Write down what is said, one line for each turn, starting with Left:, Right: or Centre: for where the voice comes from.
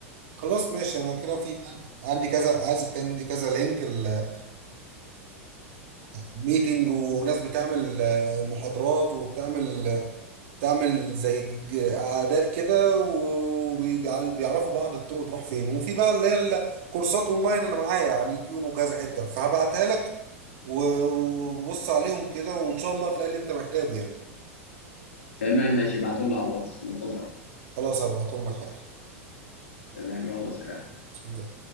Right: خلاص ماشي انا كده في عندي عندي كذا عايز كان عندي كذا لينك ل ميتنج وناس بتعمل آه، محاضرات وبتعمل آه، بتعمل زي ج- قعدات كده وبيعرفوا بعض الطرق تروح فين وفي بقى اللي هي الكورسات اونلاين انا معايا على اليوتيوب وكذا حتة فهبعتها لك و- وبص عليهم كده وان شاء الله هتلاقي اللي انت محتاجه يعني
Left: تمام ماشي ابعتهم لي على الواتس منتظرك
Right: خلاص هبعتهم لك حالا
Left: تمام يلا سلام
Right: سلام